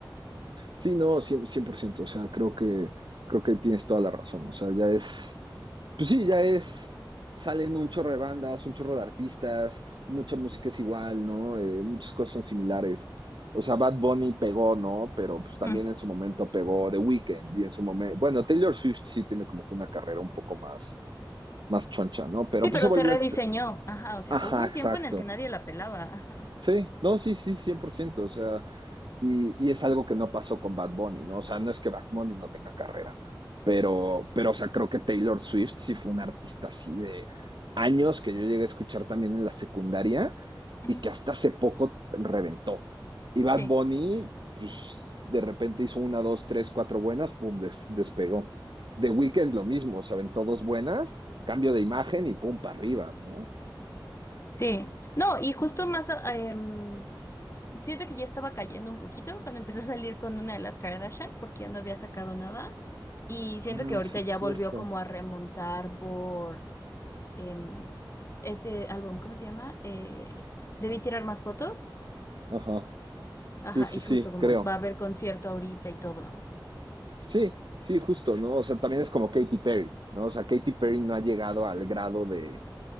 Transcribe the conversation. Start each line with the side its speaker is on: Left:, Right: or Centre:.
Right: Sí, no, 100%, 100%, o sea, creo que, creo que tienes toda la razón, o sea, ya es Pues sí, ya es, salen un chorro de bandas, un chorro de artistas, mucha música es igual, ¿no? Eh, muchas cosas son similares. O sea, Bad Bunny pegó, ¿no? Pero pues también
Left: Mm.
Right: en su momento pegó The Weeknd y en su momento, bueno, Taylor Swift sí tiene como que una carrera un poco más, más choncha, ¿no? Pero
Left: Sí,
Right: pues
Left: pero
Right: se volvió
Left: se rediseñó,
Right: extra.
Left: ajá, o sea,
Right: Ajá,
Left: hubo un
Right: exacto.
Left: tiempo en el que nadie la pelaba, ajá,
Right: Sí, no, sí, sí, cien por ciento O sea, y, y, es algo que no pasó con Bad Bunny, ¿no? O sea, no es que Bad Bunny no tenga carrera, pero, pero o sea, creo que Taylor Swift sí fue un artista así de años que yo llegué a escuchar también en la secundaria
Left: ujú,
Right: y que hasta hace poco reventó. Y Bad
Left: Sí,
Right: Bunny, pues de repente hizo una, dos, tres, cuatro buenas, pum, des despegó. The Weeknd lo mismo, o sea, aventó dos buenas, cambio de imagen y pum, para arriba, ¿no?
Left: sí, no, y justo más, ah, em, siento que ya estaba cayendo un poquito cuando empezó a salir con una de las Kardashian porque ya no había sacado nada y siento
Right: Ah,
Left: que ahorita
Right: sí es
Left: ya
Right: cierto.
Left: volvió como a remontar por... em, este álbum, ¿cómo se llama? Eh, debí tirar más fotos.
Right: Ajá.
Left: Ajá,
Right: Sí, sí,
Left: y
Right: sí,
Left: justo como
Right: creo.
Left: va a haber concierto ahorita y todo.
Right: Sí, sí, justo, ¿no? O sea, también es como Katy Perry, ¿no? O sea, Katy Perry no ha llegado al grado de,